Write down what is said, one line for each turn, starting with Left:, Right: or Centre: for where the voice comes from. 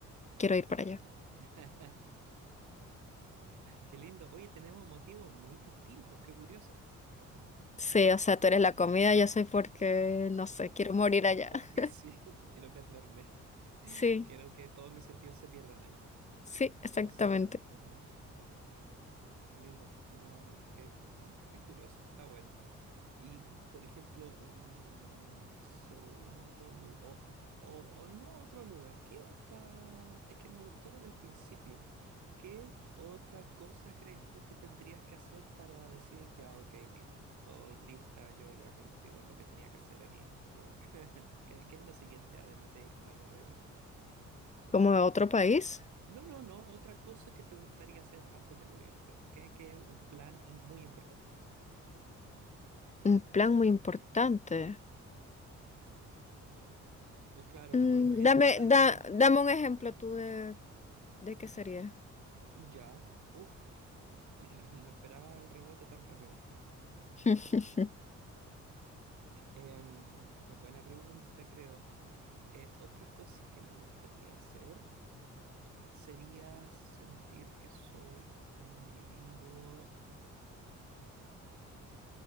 Left: Quiero ir para allá.
Right: <laughs> Qué lindo. Oye, tenemos motivos muy distintos, qué curioso.
Left: Sí, o sea, tú eres la comida, yo soy porque, no
Right: Eh,
Left: sé, quiero morir allá.
Right: Porque
Left: <laughs>
Right: sí, <laughs> no quiero perderme. <laughs>
Left: Sí,
Right: Quiero que todos mis sentidos se pierdan allá.
Left: sí, exactamente.
Right: O s- ajá, ajá. Qué lindo. No, qué, ah, qué curioso. Está bueno. Y, por ejemplo, un segundo lugar. O, o, o no otro lugar. ¿Qué otra? Es que me gustó lo del principio. ¿Qué otra cosa crees tú que tendrías que hacer para decir ya, ok, listo? Estoy lista, yo ya cumplí con lo que tenía que hacer aquí en esta tierra. ¿Qué, qué es lo siguiente, además de ir a Noruega?
Left: Como de otro país,
Right: No, no, no, otra cosa que te gustaría hacer antes de morirte. Que, que un plan in- muy importante.
Left: un plan muy importante.
Right: O claro,
Left: Mm,
Right: como un objeto,
Left: dame,
Right: algo
Left: da,
Right: que
Left: dame un ejemplo tú de, de qué sería.
Right: ya, uff, <clears throat> no esperaba el rebote tan rápido. <laughs>
Left: <laughs>
Right: Em, ya, buena pregunta, creo. Eh, otra cosa que me gustaría hacer sería sentir que soy un individuo